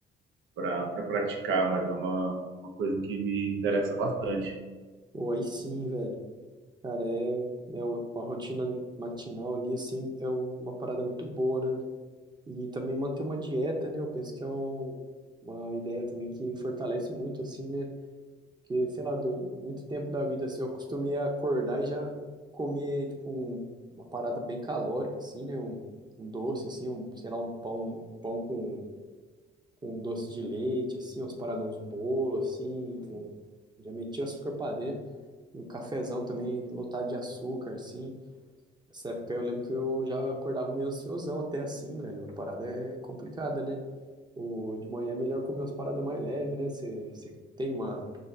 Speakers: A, on the right; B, on the right.
A: para pra praticar, mas é uma, uma coisa que me interessa bastante.
B: Pô, aí sim, velho. Cara, é, é o- a rotina matinal ali, assim, é uma parada muito boa, né? E também manter uma dieta, né? Eu penso que é um- uma ideia também que fortalece muito, assim, né? Porque, sei lá, do, muito tempo da vida, assim, eu acostumei a acordar e já comer, tipo, um- uma parada bem calórica, assim, né? Um, um doce, assim, um, sei lá, um pão, um pão com, com um doce de leite, assim, umas paradas, uns bolos, assim, um, já meti açúcar pra dentro, um cafezão também lotado de açúcar, assim essa época eu lembro que eu já acordava meio ansiosão até assim, velho. A parada é complicada, né? O, de manhã é melhor comer umas paradas mais leves, né? Você tem uma,